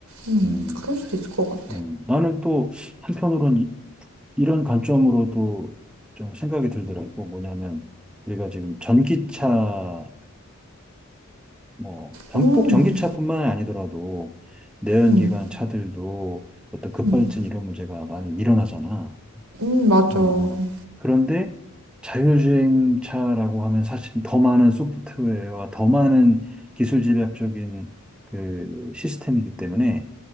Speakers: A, on the right; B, in the centre.
A: 음.
B: 음.
A: 그럴 수도 있을 것 같아.
B: 음. 나는 또 한편으로는 이- 이런 관점으로도 좀 생각이 들더라고. 뭐냐면 우리가 지금 전기차가 뭐 전-
A: 음,
B: 꼭 전기차뿐만 아니더라도 내연기관
A: 음,
B: 차들도 어떤 급발진
A: 음,
B: 이런 문제가 많이 일어나잖아.
A: 음, 맞아.
B: 어, 어.
A: 음,
B: 그런데 자율주행차라고 하면 사실 더 많은 소프트웨어와 더 많은 기술 집약적인 그 시스템이기 때문에